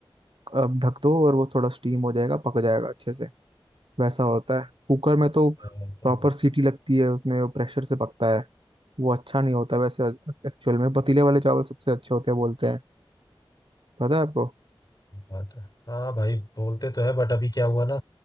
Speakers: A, on the right; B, on the left.
A: अ, ढक दो और वो थोड़ा स्टीम हो जाएगा पक जाएगा अच्छे से वैसा होता है कुकर में तो
B: हाँ, तो
A: प्रॉपर सीटी लगती है उसमें वो प्रेशर से पकता है वो अच्छा नहीं होता वैसे एक्चुअल में पतीले वाले चावल सबसे अच्छे होते हैं बोलते हैं पता है आपको
B: ये बात है हाँ भाई बोलते तो है बट अभी क्या हुआ ना